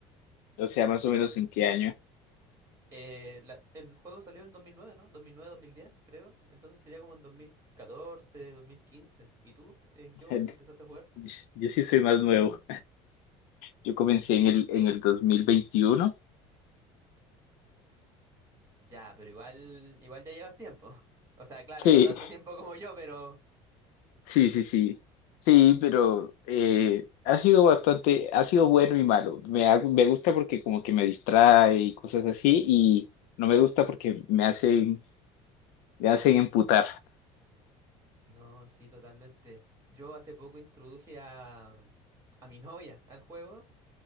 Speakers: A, on the left (about 75°); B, on the right (about 25°).
A: O sea, más o
B: Y-
A: menos en qué año.
B: eh, la- el juego salió en 2009, no Dos dos mil nueve, dos mil diez, creo. Entonces sería como en dos dos mil catorce, dos mil quince. ¿Y tú? ¿En
A: <laughs>
B: qué momento empezaste a jugar?
A: Yo sí soy más nuevo. Yo comencé en el, en
B: Sí,
A: el dos mil veintiuno
B: ya, pero igual, igual ya llevas tiempo. <laughs> O sea, claro,
A: Sí,
B: no tanto tiempo como yo, pero...
A: Sí, sí, sí. Sí, pero eh, ha sido bastante, ha sido bueno y malo. Me, ha- me gusta porque como que me distrae y cosas así, y no me gusta porque me hacen, me hacen emputar.
B: No, sí, totalmente. Yo hace poco introduje a, a mi novia al juego